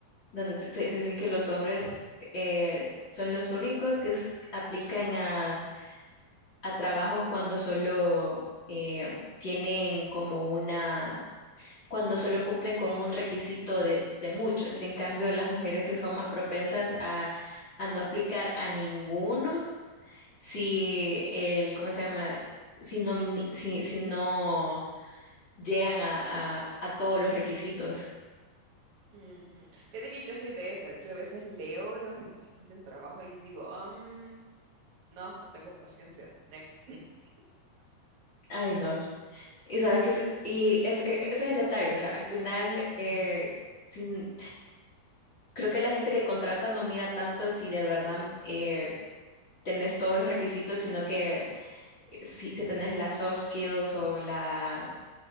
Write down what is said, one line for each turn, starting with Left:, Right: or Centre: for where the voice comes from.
Left: donde se, se- dicen que los hombres eh, son los únicos que s- aplican a, a trabajos cuando solo eh, tienen como una, cuando solo cumplen con un requisito de, de muchos. En cambio, las mujeres que son más propensas a, a no aplicar a ninguno, si el, ¿cómo se llama? Si no, mi- si, si no llegan a, a a todos los requisitos.
Right: Ujú. Fíjate que yo soy de esas, yo a veces leo los requisitos de un trabajo y digo, "Mm, no, no tengo paciencia, next. <laughs>
Left: Ay, no. Y sabe que es, y es- e- ese es el detalle, o sea, al final eh, sin- creo que la gente que contrata no mira tanto si de verdad eh, tenés todos los requisitos, sino que eh, si, si tenés las soft skills o la